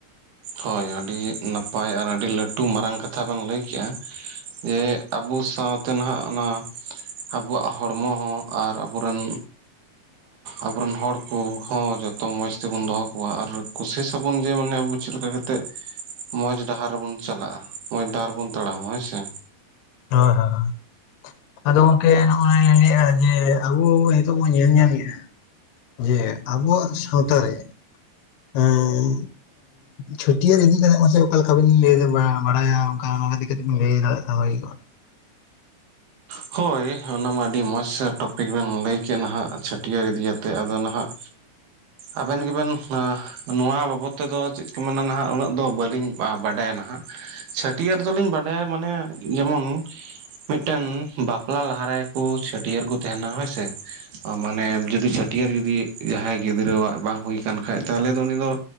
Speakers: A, on the right (about 80°); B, on the left (about 85°).
A: ᱦᱳᱭ ᱟᱹᱰᱤ ᱱᱟᱯᱟᱭ ᱟᱨ ᱟᱹᱰᱤ ᱞᱟᱹᱴᱩ ᱢᱟᱨᱟᱝ ᱠᱟᱛᱷᱟ ᱵᱮᱱ ᱞᱟᱹᱭ ᱠᱮᱜᱼᱟ ᱡᱮ ᱟᱵᱚ ᱥᱟᱶᱛᱮ ᱱᱟᱦᱟᱜ ᱚᱱᱟ ᱟᱵᱚᱣᱟᱜ ᱦᱚᱲᱢᱚ ᱦᱚᱸ ᱟᱨ ᱟᱵᱚᱨᱮᱱ ᱟᱵᱚᱨᱮᱱ ᱦᱚᱲ ᱠᱚᱦᱚᱸ ᱡᱚᱛᱚ ᱢᱚᱸᱡᱽ ᱛᱮᱵᱚᱱ ᱫᱚᱦᱚ ᱠᱚᱣᱟ ᱟᱨ ᱠᱩᱥᱤᱥ ᱟᱵᱚᱱ ᱡᱮ ᱢᱟᱱᱮ ᱟᱵᱚ ᱪᱮᱫ ᱞᱮᱠᱟ ᱠᱟᱛᱮ ᱛᱮᱜ ᱢᱚᱸᱡᱽ ᱰᱟᱦᱟᱨ ᱨᱮᱵᱚᱱ ᱪᱟᱞᱟᱜᱼᱟ ᱢᱚᱸᱡᱽ ᱰᱟᱦᱟᱨ ᱵᱚᱱ ᱛᱟᱲᱟᱢᱟ ᱦᱳᱭ ᱥᱮ
B: ᱦ ᱦᱮ <unintelligible> ᱟᱫᱚ ᱜᱚᱝᱠᱮ ᱱᱚᱜᱼᱚᱭ ᱞᱤᱧ ᱞᱟ. ᱭ ᱮᱟᱡᱮ ᱟᱵᱚ ᱱᱤᱛᱚᱜ ᱵᱚᱱ ᱧᱮᱞ ᱧᱟᱢᱮᱜᱼᱟ ᱾ ᱡᱮ ᱟᱵᱚᱣᱟᱜ ᱥᱟᱶᱛᱟ ᱨᱮ ᱮᱸᱻ᱾ ᱪᱷᱟᱹᱴᱭᱟᱹᱨ ᱤᱫᱤ ᱠᱟᱛᱮ ᱢᱟᱥᱮ ᱚᱠᱟ ᱞᱮᱠᱟ ᱵᱤᱱ ᱞᱟᱹᱭ ᱫᱟ ᱵᱟᱲᱟᱭᱟ ᱚᱱᱠᱟ ᱚᱱᱟ ᱤᱫᱤ ᱠᱟᱛᱮ ᱵᱤᱱ ᱞᱟᱹᱭ ᱫᱟᱲᱮᱭᱟᱜ <unintelligible> ᱠᱷᱟᱱ ᱵᱷᱟᱜᱮ ᱠᱚᱜᱼᱟ
A: ᱦᱳᱭ ᱚᱱᱟᱢᱟ ᱟᱹᱰᱤ ᱢᱚᱡᱽ ᱥᱮ ᱴᱚᱯᱤᱠ ᱵᱮᱱ ᱞᱟᱹᱭ ᱠᱮᱫ ᱦᱟᱸᱜ ᱪᱷᱟᱹᱴᱭᱟᱹᱨ ᱤᱫᱤ ᱟᱛᱮ ᱟᱫᱚ ᱱᱟᱦᱟᱜ ᱟᱵᱮᱱ ᱜᱮᱵᱮᱱ ᱱᱚᱣᱟ ᱵᱟᱵᱚᱫ ᱛᱮᱫᱚ ᱪᱮᱫ ᱠᱚ ᱢᱮᱱᱟ ᱱᱟᱦᱟᱜ ᱩᱱᱟᱹᱜ ᱫᱚ ᱵᱟᱹᱞᱤᱧ ᱵᱟᱰᱟᱭᱟ ᱱᱟᱦᱟᱜ ᱪᱷᱟᱹᱴᱭᱟᱹᱨ ᱫᱚᱞᱤᱧ ᱵᱟᱰᱟᱭᱟ ᱢᱟᱱᱮ ᱡᱮᱢᱚᱱ ᱢᱤᱫ ᱴᱮᱱ ᱵᱟᱯᱞᱟ ᱞᱟᱦᱟ ᱨᱮᱠᱩ ᱪᱷᱟᱹᱴᱭᱟᱹᱨ ᱠᱚ ᱛᱟᱦᱮᱱᱟ ᱦᱳᱭ ᱥᱮ ᱢᱟᱱᱮ ᱡᱩᱫᱤ ᱪᱷᱟᱹᱴᱭᱟᱹᱨ ᱡᱩᱫᱤ ᱡᱟᱦᱟᱸᱭ ᱜᱤᱫᱽᱨᱟᱹᱣᱟᱜ ᱵᱟᱝ ᱦᱩᱭ ᱠᱟᱱ ᱠᱷᱟᱡ ᱛᱟᱦᱚᱞᱮ ᱫᱚ ᱩᱱᱤ ᱫᱚ